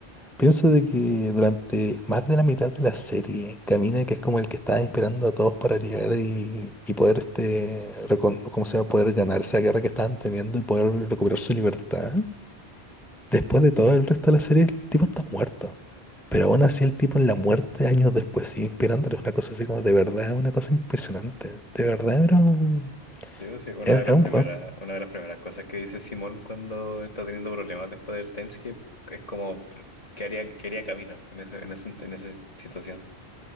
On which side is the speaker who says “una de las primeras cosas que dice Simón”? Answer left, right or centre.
Left